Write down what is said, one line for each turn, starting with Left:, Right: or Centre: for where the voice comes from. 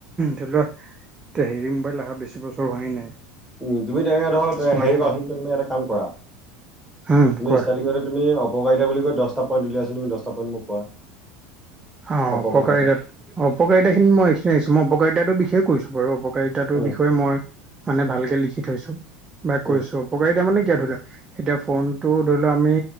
Right: ধৰি লোৱা। এ, হেৰি মোবাইল অহা বেছি বছৰ হোৱাই নাই।
Centre: অ, তুমি তেনেকে ধৰা
Right: স্মাৰ্টফোন
Centre: হেৰি কৰাচোন তুমি এটা কাম কৰা। তুমি
Right: উম কোৱা
Centre: ষ্টাৰ্টিঙতে তুমি অপকাৰিতা বুলি কয় দহটা পইণ্ট উলিয়াই আছো তুমি দহটা পইণ্ট মোক কোৱা।
Right: অ,
Centre: অপকাৰিতা
Right: অপকাৰিতাত অপকাৰিতা খিনি মই এইখিনি আহিছো মই অপকাৰিতাতো বিষয়ে কৈছো বাৰু অপ উপকাৰিতাৰ
Centre: উম
Right: বিষয়ে মই মানে ভালকে লিখি থৈছো, বা
Centre: উম
Right: কৈছো অপকাৰিতা মানে। কিয় ধৰিলোৱা এতিয়া ফোনটো ধৰি লোৱা আমি